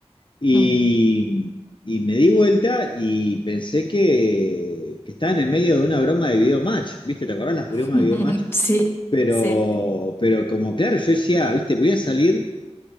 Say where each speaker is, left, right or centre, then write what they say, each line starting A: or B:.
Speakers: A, on the left; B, on the left.
A: Y,
B: Mm.
A: y me di vuelta y pensé que, que estaba en el medio de una broma de videomatch, ¿viste? ¿Te acordás las
B: <laughs>
A: bromas de videomatch?
B: Sí,
A: Pero,
B: sí,
A: pero como claro, yo decía, ¿viste? Voy a salir